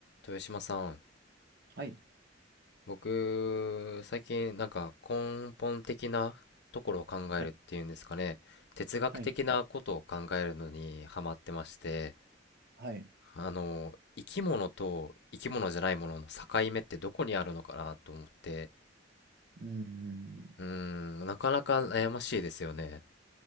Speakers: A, on the left; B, on the right.
A: 豊島さん、
B: はい、
A: 僕、最近なんか根本的なところを考えるっていうんですかね、
B: はい、
A: 哲学的なことを考えるのにハマってまして、
B: はい、はい。
A: あの、生き物と生き物じゃないものの境目ってどこにあるのかなと思って、
B: うん。
A: うーん、なかなか悩ましいですよね。